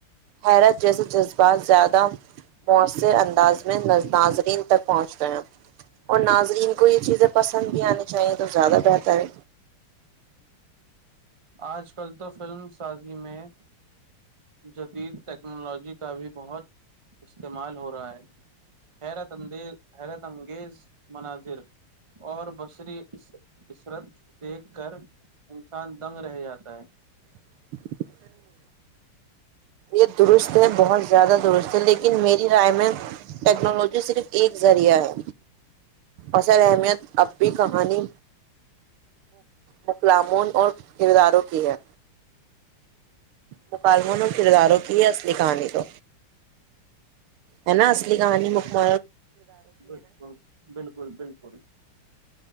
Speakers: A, on the right (about 80°); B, on the right (about 20°).
A: حیرت جیسے جذبات زیادہ مؤثر انداز میں ناظرین تک پہنچتےے ہیں اور ناظرین کو یہ چیزیں پسند بھی آنی چاہیے تو زیادہ رہتا ہے
B: آج کل تو فلم سازی میں جدید ٹیکنالوجی کا بھی بہت استعمال ہو رہا ہے حیرت اندیز حیرت انگیز مناظر اور بصری عثرت دیکھ کر انسان دنگ رہ جاتا ہے
A: ہاں <unintelligible> یہ درست ہے بہت زیادہ درست ہے لیکن میری رائے میں ٹیکنالوجی صرف ایک ذریعہ ہے اصل اہمیت اب بھی کہانی مکلاموں اور کرداروں کی ہے مکالموں نے اور کرداروں کی ہے اصلی کہانی کو ہے نا اصلی کہانی مکم
B: بالکل بالکل بالکل